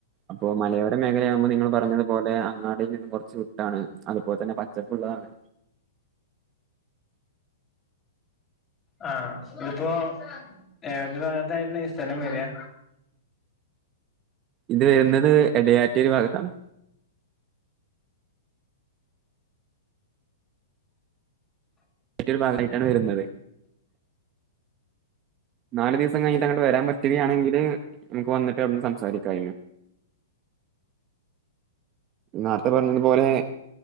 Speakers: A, on the right; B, on the left.
A: അപ്പൊ മലയോര മേഖലയാകുമ്പോൾ നിങ്ങൾ പറഞ്ഞതുപോലെ അങ്ങാടിയിൽ നിന്നും കുറച്ച് വിട്ടാണ് അതുപോലെ തന്നെ പച്ചപ്പുള്ളതാണ്.
B: ആ ഇതിപ്പോ ഏത് ഭാഗത്തായിട്ടാ ഈ സ്ഥലം വരാ?
A: ഇത് വരുന്നത് എടയാറ്റൂര് ഭാഗത്താണ്. <unintelligible> ഒരു ഭാഗമായിട്ടാണ് വരുന്നത്. നാല് ദിവസം കഴി <unintelligible> ങ്ങട്ട് വരാൻ പറ്റുകയാണെങ്കിൽ നമുക്ക് വന്നിട്ട് അവിടുന്ന് സംസാരിക്കായിന്. നാര്ത്തെ പറഞ്ഞതുപോലെ